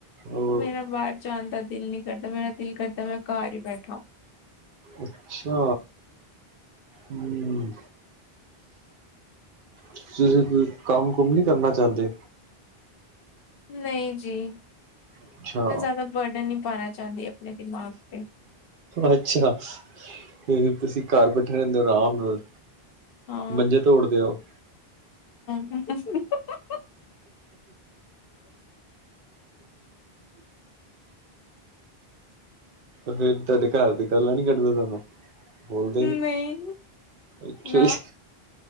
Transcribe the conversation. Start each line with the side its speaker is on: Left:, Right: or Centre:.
Right: ਉਹ
Left: ਮੇਰਾ ਬਾਹਰ ਜਾਣਦਾ ਦਿਲ ਨਹੀਂ ਕਰਦਾ, ਮੇਰਾ ਦਿਲ ਕਰਦਾ ਮੈਂ ਘਰ ਹੀ ਬੈਠਾ।
Right: ਅੱਛਾ, ਹੁੰ ਤੁਸੀ ਕੋਈ ਕੰਮ ਕੁੰਮ ਨੀ ਕਰਨਾ ਚਾਹੁੰਦੇ।
Left: ਨਹੀਂ ਜੀ।
Right: ਅੱਛਾ
Left: ਮੈਂ ਜ਼ਿਆਦਾ ਬਰਡਨ ਨੀ ਪਾਣਾ ਚਾਂਹਦੀ ਆਪਣੇ ਦਿਮਾਗ ਤੇ
Right: ਅੱਛਾ, ਹ ਤੁਸੀਂ ਘਰ ਬੈਠੇ ਰਹਿੰਦੇ ਹੋ ਆਰਾਮ ਨਾਲ।
Left: ਹਾਂ
Right: ਮੰੰਜੇ ਤੋੜਦੇ ਉਹ
Left: <unintelligible>
Right: ਫਿਰ ਤੁਹਾਡੇ ਘਰ ਦੀ ਗਾਲਾਂ ਨੀ ਕੱਢਦੇ ਤੁਹਾਨੂੰ। ਬੋਲਦੇ
Left: ਨਹੀਂ
Right: ਨਹੀ, ਅੱਛਾ
Left: ਨਾ
Right: ਜੀ